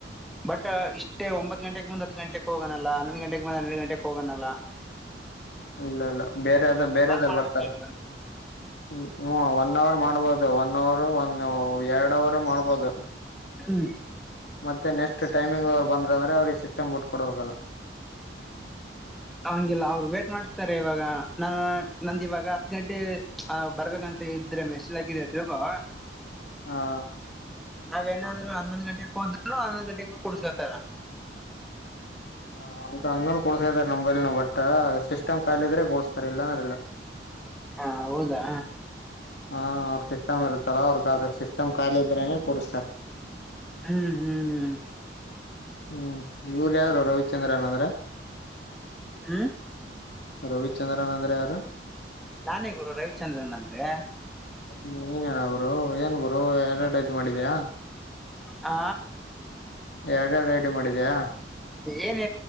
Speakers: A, in the centre; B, on the left.
A: ಬಟ್ ಇಷ್ಟೇ ಒಂಬತ್ ಗಂಟೆಗೆ ಬಂದ್ ಹದ್ ಗಂಟೆಗೆ ಹೋಗನಲ್ಲ ಹನ್ನೊಂದ್ ಗಂಟೆಗೆ ಬಂದ್ ಹನ್ನೆರಡು ಗಂಟೆಗೆ ಹೋಗನಲ್ಲ
B: ಇಲ್ಲ ಇಲ್ಲ ಬೇರೆದ ಬೇರೆದಾರ್
A: ಮಾಡ್ಬೇಕು
B: ಬರ್ತಾರೆ
A: ನೀನ್ ಬಂದು
B: ಹ್ಮ ಒನ್ ಅವರ್ ಮಾಡ್ಬೋದು ಅದು ಒನ್ ಅವರು ಒಂದ ಎರಡ್ ಅವರು ಮಾಡ್ಬೋದು
A: ಹ್ಮ್
B: ಮತ್ತೆ ನೆಕ್ಸ್ಟ್ ಟೈಮಿಂಗ್ ಅವರು ಬಂದ್ರ ಅಂದ್ರೆ ಅವ್ರಿಗೆ ಸಿಸ್ಟಮ್ ಬಿಟ್ ಕೊಡ ಹೋಗಲ್ಲ
A: ಹಂಗಿಲ್ಲ ಅವ್ರು ವೇಟ್ ಮಾಡಿಸ್ತಾರೆ ಇವಾಗ ನಾನ ನಂದ ಇವಾಗ ಹತ್ ಗಂಟೆ ಆ ಬರ್ಬೇಕಂತ ಮತ್ತ ಇದ್ರೆ ಮೆಸ್ಗಿದತ್ಗೋ
B: ಹಾ
A: ನಾವೇನಾದ್ರು ಹನ್ನೊಂದ್ ಗಂಟೆಗೆ ಹೋದರು ಹನ್ನೊಂದ್ ಗಂಟೆಗೆ ಕುಡ್ಸ್ಬೇಕತಾರ
B: ಹ ಹಂಗ ಹಂಗನ ಕೂಡ್ಸಾ ಇದಾರೆ ನೈಲ್ನ ಬಟ್ಟ ಸಿಸ್ಟಮ್ ಖಾಲ ಇದ್ರೆ ಕೂಡ್ಸ್ತಾರ ಇಲ್ಲಾ ಅಂದ್ರ ಇಲ್ಲ
A: ಹಾ ಹೌದಾ
B: ಹಾ ಅವ್ರ ಸಿಸ್ಟಮ್ ಇರುತ್ತಲ್ಲ ಅವ್ರ ಸಿಸ್ಟಮ್ ಖಾಲಿ ಇದ್ರನೆ ಕೊಡ್ತರ್
A: ಹ್ಮ್ ಹ್ಮ್ ಹ್ಮ್
B: ಹ್ಮ್ ಇವ್ರ ಯಾರು ರವಿಚಂದ್ರನ್ ಅಂದ್ರೆ
A: ಹ್ಮ
B: ರವಿಚಂದ್ರನ್ ಅಂದ್ರೆ ಯಾರು
A: ನಾನೇ ಗುರು ರವಿಚಂದ್ರನ್ ಅಂದ್ರೆ
B: ಹ್ಮ್ ನೀಏನ್ನ ಗುರು ಏನ್ ಗುರು ಎಲ್ಲರಡು ರೈ ತ ಮಾಡಿದಯ
A: ಆ
B: ಎರಡು ಎರಡು ರೈಡಿ ಮಾಡಿದ್ಯಾ
A: ಏನ್ನು